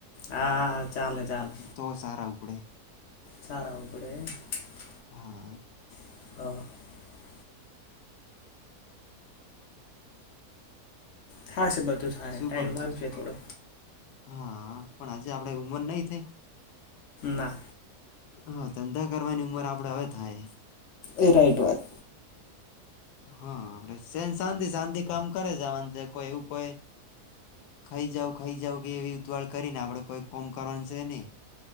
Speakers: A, on the left (about 65°); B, on the left (about 85°).
A: હા ચાલે ચાલે
B: તો સારા ઉપડે
A: <inaudible>
B: હા
A: હ <unintelligible> થા છે બધું થાહે
B: શું
A: ટાઈમ
B: કહ
A: લાગશે થોડો
B: હા પણ આજે આપડે ઉંમર નઈ થઈ
A: ના
B: હા ધંધા કરવાની ઉંમર આપડે હવે થાય
A: એ રાઈટ વાત
B: હા આપડે સેન શાંતિ શાંતિ કામ કરે જવાનું છે કોઈ એવું કોઈ ખાઈ જાવ ખાઈ જાવ કે એવી ઉતવાળ કરીને આપણે કોઈ કોમ કરવાનું સેની.